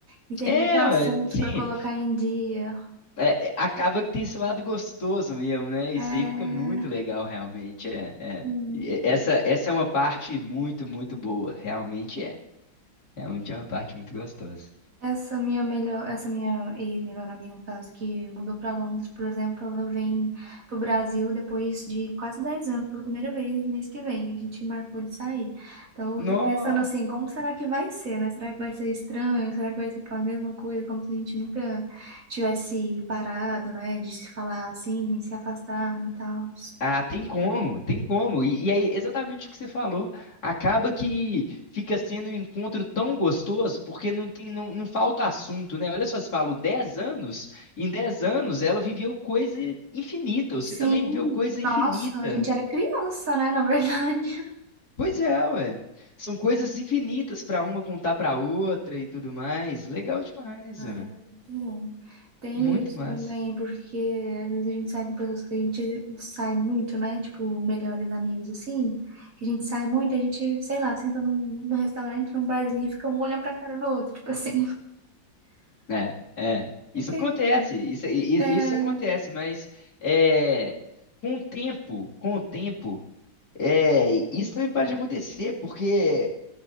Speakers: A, on the right (about 45°); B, on the left (about 50°).
A: E tem
B: É,
A: muito assunto
B: ó, é, sim.
A: para colocar em dia.
B: É, é, acaba que tem esse lado gostoso mesmo, né? Isso
A: É,
B: aí fica muito legal, realmente. É, é.
A: sim.
B: E Essa, essa é uma parte muito, muito boa. Realmente é. Realmente é uma parte muito gostosa.
A: Essa minha melhor, essa minha ex-melhor amiga, no caso, que mudou para Londres, por exemplo, ela vem pro Brasil depois de quase 10 anos pela primeira vez, mês que vem. A gente marcou de sair. Então,
B: No...
A: eu tô pensando assim, como será que vai ser, né? Será que vai ser estranho? Será que vai ser aquela mesma coisa, como se a gente nunca tivesse parado, né? De se falar assim, se afastar e tal.
B: Ah, tem como, tem como. E, e aí, exatamente o que você falou. Acaba que fica sendo um encontro tão gostoso, porque não tem, não, não falta assunto, né? Olha só, você falou 10 anos. Em 10 anos, ela viveu coisa infinita. Você
A: Sim,
B: também viveu coisa infinita.
A: nossa, a gente era criança, né? Na verdade.
B: Pois é, ué. São coisas infinitas pra uma contar pra outra e tudo mais. Legal demais,
A: Cara,
B: ué.
A: muito bom. Tem
B: Muito
A: isso
B: massa.
A: também, porque às vezes a gente sai com pessoas que a gente sai muito, né? Tipo, melhores amigos, assim. Que a gente sai muito, a gente, sei lá, senta num, num restaurante, num barzinho e fica um olhando pra cara do outro. Tipo assim,
B: É, é.
A: <laughs> fica
B: Isso acontece,
A: aí.
B: isso, i- i-
A: É...
B: isso acontece, mas é, com o tempo, com o tempo, é, isso também para de acontecer, porque